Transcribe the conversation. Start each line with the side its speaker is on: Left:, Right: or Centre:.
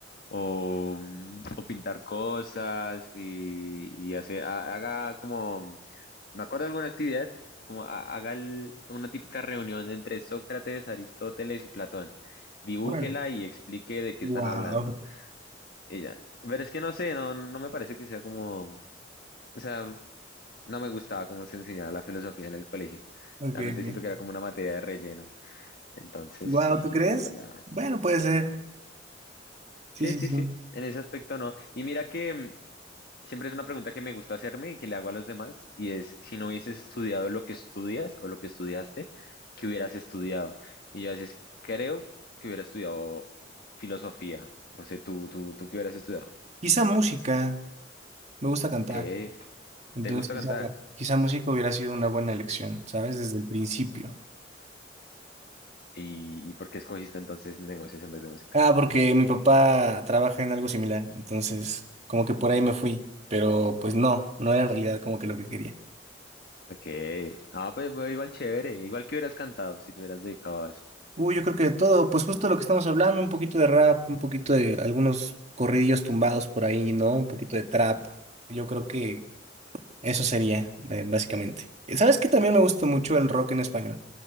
Left: o, mm, o pintar cosas y, y hacer, ha- haga como, me acuerdo de alguna actividad, como ha- haga el- una típica reunión entre Sócrates, Aristóteles y Platón. Dibújela
Right: órale.
Left: y explique de qué
Right: Wow.
Left: están hablando. Ella, pero es que no sé, no, no me parece que sea como, o sea, no me gustaba cómo se enseñaba la filosofía en el colegio.
Right: Ok,
Left: Realmente
Right: ok.
Left: siento que era como una materia de relleno. Entonces,
Right: Wow,
Left: sí,
Right: ¿tú crees?
Left: la verdad.
Right: Bueno, puede ser. Sí,
Left: Sí,
Right: sí,
Left: sí,
Right: sí.
Left: sí. En ese aspecto no. Y mira que, mm, siempre es una pregunta que me gusta hacerme y que le hago a los demás, y es, si no hubieses estudiado lo que estudias o lo que estudiaste, ¿qué hubieras estudiado? Y yo a veces creo que hubiera estudiado filosofía. No sé, tú, tú, tú qué hubieras estudiado.
Right: Quizá música. Me gusta cantar,
Left: ¿Qué?
Right: entonces
Left: ¿Te gusta
Right: quizá,
Left: cantar?
Right: quizá música hubiera sido una buena elección, ¿sabes? Desde el principio.
Left: ¿Y, y por qué escogiste entonces negocios en vez de música?
Right: Ah, porque mi papá trabaja en algo similar, entonces como que por ahí me fui, pero pues no, no era en realidad como que lo que quería.
Left: Ok. Ah, pues, pues, igual chévere. Igual que hubieras cantado si te hubieras dedicado a eso.
Right: Uy, yo creo que de todo, pues justo lo que estamos hablando, un poquito de rap, un poquito de algunos corridillos tumbados por ahí, ¿no? Un poquito de trap. Yo creo que eso sería, eh, básicamente. ¿Sabes qué? También me gusta mucho el rock en español.